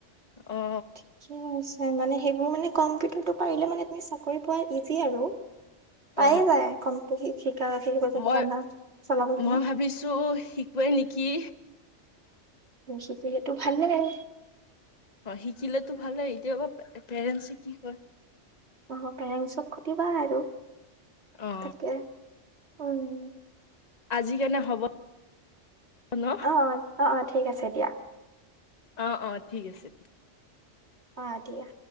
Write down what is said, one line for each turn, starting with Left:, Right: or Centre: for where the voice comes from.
Left: অ
Right: ঠিকে আছে। হয় মানে সেইবোৰ মানে কম্পিউটাৰটো পাৰিলে মানে তুমি চাকৰি পোৱা ইজি আৰু।
Left: <unintelligible>
Right: পায়ে
Left: অ
Right: যায় কম্পিউটাৰ শিকা শিকিব যদি
Left: মই
Right: জানা চলাব জানা
Left: মই ভাবিছোঁ শিকোৱেই নেকি। কি।
Right: মোক চোপি সেইটো ভাল লাগা নাই
Left: অ শিকিলেতো ভালে এতিয়াবা পেৰেন্টচ কি কয়।
Right: অ পেৰেঞ্চ চক সুবিধা আৰু
Left: অ
Right: তাকে। উম
Left: আজি কাৰনে হ'ব। ন
Right: অ অ অ অ ঠিক আছে দিয়া।
Left: অ অ ঠিক আছে ঠিক।
Right: অ দিয়া।